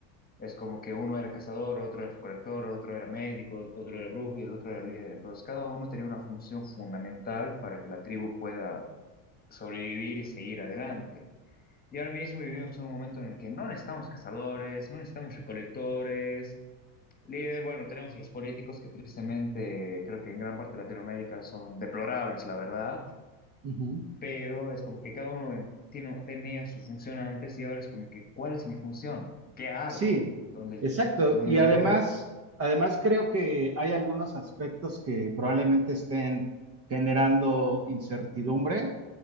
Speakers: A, on the left; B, on the right.
A: Es como que uno era cazador, otro era recolector, otro era médico, otro era brujo y el otro era líder. Entonces, cada uno tenía una función fundamental para que la tribu pueda sobrevivir y seguir adelante. Y ahora mismo vivimos en un momento en el que no necesitamos cazadores, no necesitamos recolectores. Líder, bueno, tenemos a los políticos que tristemente creo que en gran parte de Latinoamérica son deplorables, la verdad,
B: ujú.
A: pero es como que cada uno en- tiene- tenía su función antes y ahora es como que, ¿cuál es mi función? ¿Qué hago?
B: Sí,
A: ¿Dónde,
B: exacto.
A: dónde
B: Y además,
A: voy?
B: además creo que hay algunos aspectos que probablemente estén generando incertidumbre.